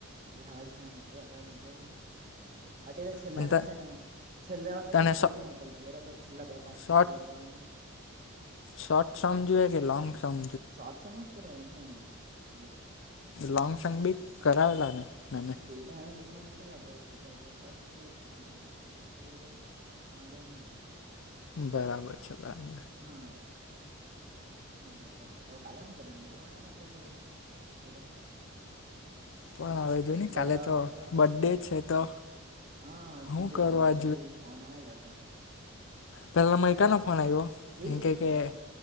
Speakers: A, on the right; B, on the left.
A: જે હાડ છેમ વા મોકલે છે ને અત્યારે છેલ્લે
B: પણ
A: ના છે ને છેલ્લે વાળ
B: તને
A: છે ને ટીની મોકલ દો બરાબર છેલ્લા બે પા
B: શોર્ટ
A: છેલ્લા બે વાર ના
B: શોર્ટ સમ જોઈએ કે લોંગ સમ
A: શોટ સમજ કર ને એને હ
B: લંગ સંગ બી કરાવેલા ને મેમે
A: હટ એને ગ્રુપ માં મોકલલા ભાઈ ફોટા એટલે એ ટાઈમથી એટલે એટલું કઈ વાંધો નહી
B: બરાબર છે બરાબર
A: હા એમ એટલે હવે કાલે શું કરવાનું બે હોવાના કે આપડે ભાઈ બા બધા
B: પણ હવે જો ને કાલે
A: બધા હ તો બેસીએ
B: બર્થડે છે તો
A: હા
B: હું
A: કીધું
B: કરવા
A: તમારા પર બી ફોન આવેલા હતા
B: પેલામાં એક ક ન ફોન આવ્યો
A: એ
B: <unintelligible> કે
A: ભાઈ
B: કે